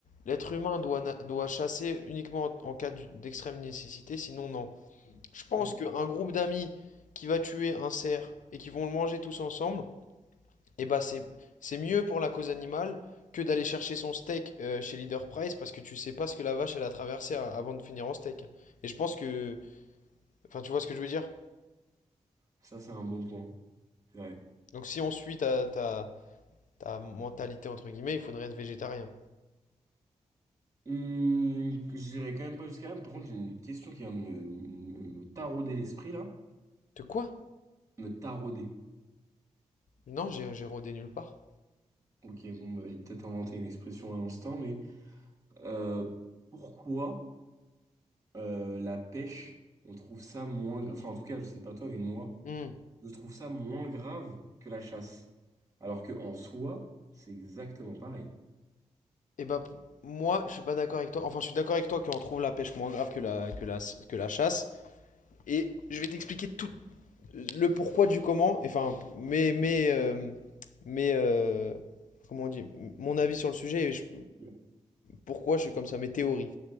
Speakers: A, on the left; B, on the right.
A: l'être humain doit, na- doit chasser uniquement en, en cas d'u- d'extrême nécessité, sinon non. Je pense
B: Ouais.
A: qu'un groupe d'amis qui va tuer un cerf et qui vont le manger tous ensemble, Et bah c'est c'est mieux pour la cause animale que d'aller chercher son steak euh, chez Leader Price parce que tu sais pas ce que la vache elle a traversé a- avant de finir en steak. Et je pense que... Enfin tu vois ce que je veux dire?
B: Ça c'est un bon point. C'est vrai.
A: Donc si on suit ta, ta, ta mentalité entre guillemets, il faudrait être végétarien.
B: Hum, j'irai quand même pas jusqu'à là. Par contre, j'ai une question qui vient de me, me me tarauder l'esprit là,
A: De quoi?
B: me tarauder.
A: Non, j'ai j'ai rodé nulle part.
B: Ok, bon, bah, j'ai peut-être inventé une expression à l'instant, mais euh, pourquoi euh, la pêche, on trouve ça moins grave, enfin en tout cas, je sais pas toi, mais moi,
A: Hmm.
B: je trouve ça moins grave que la chasse. Alors que en soi, c'est exactement pareil.
A: Et bah p- moi je suis pas d'accord avec toi. Enfin je suis d'accord avec toi qu'on trouve la pêche moins grave que la, que la, que la chasse. Et je vais t'expliquer tout, le pourquoi du comment, enfin, mais, mais, euh, mais euh, comment on dit, mon avis sur le sujet et je-
B: Ok.
A: pourquoi je suis comme ça, mes théories.